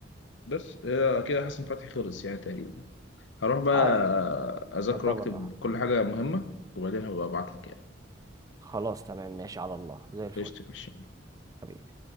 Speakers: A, on the left; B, on the right.
A: بس هي كده حسن فتحي خلص يعني تقريبا هروح بقى
B: اه يعني
A: اذاكر
B: يعتبر
A: واكتب
B: اه
A: كل حاجه مهمه وبعدين هبقى ابعت لك يعني
B: خلاص تمام ماشي على الله زي الفل
A: قشطة، ماشي
B: حبيبي